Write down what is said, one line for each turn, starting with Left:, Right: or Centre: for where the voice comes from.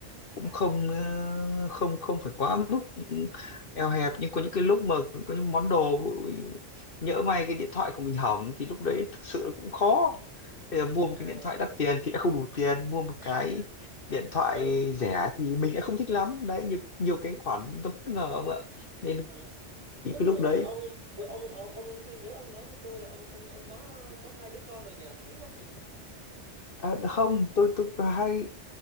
Left: cũng
Right: à
Left: không ờ, không không phải quá mức eo hẹp nhưng có những cái lúc mà có những món đồ nhỡ may cái điện thoại của mình hỏng thì lúc đấy thực sự là cũng khó bây giờ mua một
Right: Ờ,
Left: cái điện thoại đắt tiền thì đã không đủ tiền mua một
Right: <laughs>
Left: cái điện thoại
Right: ừ.
Left: rẻ thì mình đã không thích lắm đấy nhiều, nhiều cái khoản nó bất ngờ ông ạ nên
Right: Ờ.
Left: những
Right: Ủa,
Left: cái
Right: bữa
Left: lúc đấy
Right: bữa ông bữa ông ông ông tôi nhớ ông nói với tôi là ông ông ông có có hai đứa con rồi nhờ đúng không nhỉ
Left: à, không tôi tôi có hai